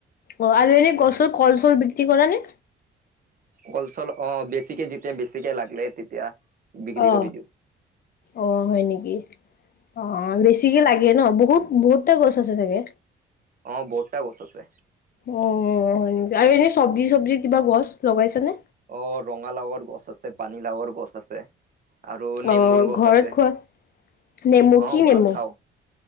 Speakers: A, on the left; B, on the right.
A: অ আৰু এনে গছৰ কল - চল বিক্ৰী কৰা নে?
B: কল - চল অ, বেছিকে যেতিয়া বেছিকে লাগিলে তেতিয়া। বিক্ৰী
A: অ,
B: কৰি দিওঁ।
A: অ হয় নেকি? অ বেছিকে লাগে ন বহুত বহুতটা গছ আছে চাগে?
B: অ বহুতটা গছ আছে।
A: অ অ অ অ আৰু এনেই চব্জি - চব্জি কিবা গছ লগাইছা নে?
B: অ ৰঙালাওৰ গছ আছে, পানীলাওৰ গছ আছে। আৰু নেমুৰ
A: অ',
B: গছ
A: ঘৰত
B: আছে,
A: খোৱা নেমু কি
B: অ
A: নেমু?
B: ঘৰত খাও।